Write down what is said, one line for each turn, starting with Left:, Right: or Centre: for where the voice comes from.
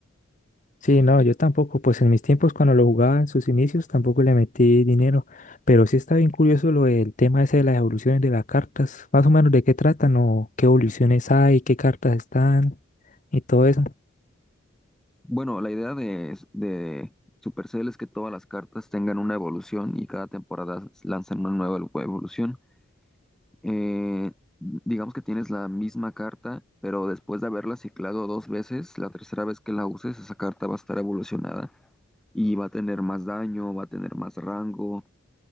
Left: sí, no, yo tampoco, pues en mis tiempos cuando lo jugaba en sus inicios tampoco le metí dinero, pero sí está bien curioso lo del tema ese de las evoluciones de las cartas, más o menos de qué tratan o qué evoluciones hay, qué cartas están y todo eso.
Centre: Bueno, la idea de, de Supercell es que todas las cartas tengan una evolución y cada temporada lanzan una nueva evo- evolución. Eh, digamos que tienes la misma carta, pero después de haberla ciclado dos veces, la tercera vez que la uses, esa carta va a estar evolucionada y va a tener más daño, va a tener más rango,